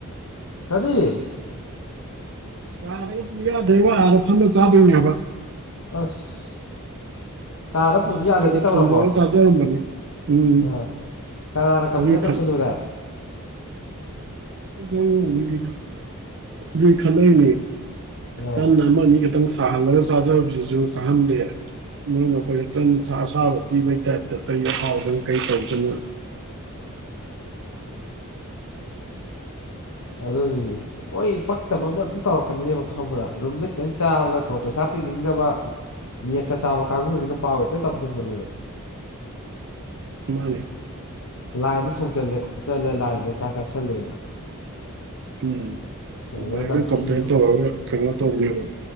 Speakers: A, on the left (about 80°); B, on the right (about 55°).
A: ꯀꯔꯤ
B: ꯆꯥꯗꯒ ꯄꯨꯡ ꯌꯥꯗ꯭ꯔꯩ ꯋꯥ ꯑꯥꯗ ꯐꯝꯗ ꯆꯥꯗꯣꯏꯅꯦꯕ
A: ꯑꯁ ꯀꯥꯔ ꯗ
B: ꯍꯥꯟꯅ
A: ꯄꯨꯕꯤ ꯌꯥꯗꯕꯤ
B: ꯈꯔ ꯈꯔ
A: ꯇꯧꯔꯕꯣ
B: ꯊꯣꯡꯖꯔ ꯆꯥꯖꯔꯝꯕꯅꯤ ꯎꯝ
A: ꯑꯥ ꯀꯅꯥꯅ ꯀꯝꯄ꯭ꯂꯦꯟ
B: ꯑꯗꯨꯒꯤ
A: ꯇꯧꯁꯜꯂꯨꯔꯦ
B: ꯑ ꯃꯤ ꯈꯂꯅꯦ ꯇꯞꯅꯥ
A: ꯑꯥ
B: ꯈꯤꯇꯪ ꯑꯃꯅꯤ ꯈꯤꯇꯪ ꯁꯥꯍꯜꯂꯒ ꯆꯥꯖꯕꯁꯤꯁꯨ ꯆꯥꯍꯟꯗꯦ ꯅꯣꯏꯅꯈꯣꯏꯛꯇꯪ ꯑꯁꯥꯕ ꯄꯤꯕꯩ ꯇꯥꯏꯞꯇ ꯀꯔꯤ ꯍꯍꯥꯎꯗꯅꯣ ꯀꯔꯤ ꯇꯧꯗꯅꯣ <inaudible>
A: ꯑꯗꯨꯅꯤꯅꯦ ꯃꯣꯏ ꯄꯛꯇ ꯃꯃꯟ ꯇꯧꯔꯛꯀꯅꯦꯕ ꯈꯪꯕ꯭ꯔ ꯔꯨꯝꯗ ꯈꯤꯇꯪ ꯆꯥꯕꯗ ꯀꯣ ꯄꯩꯁꯥ ꯇꯤꯡꯅꯤꯡꯗꯕ ꯃꯤꯠꯁ ꯆ ꯆꯥꯕ ꯀꯥꯡꯕꯨꯁꯤꯅ ꯄꯥꯎ ꯍꯦꯛꯇ ꯇꯝꯁꯤꯟꯕꯅꯦꯕ
B: ꯃꯥꯅꯦ
A: ꯂꯥꯏꯗ ꯊꯣꯡꯆꯜꯂꯦ ꯈꯣꯠꯆꯜꯂꯦ ꯂꯥꯏꯟꯗ ꯆꯥꯛ ꯆꯥꯁꯜꯂꯦꯅ
B: ꯎꯝ
A: ꯑꯗꯩ
B: ꯃꯥꯏꯅ
A: ꯅꯝꯊꯤ
B: ꯀꯝꯄ꯭ꯂꯦꯟ ꯇꯧꯔꯒ ꯀꯩꯅꯣ ꯇꯧꯕꯅꯤꯔꯣ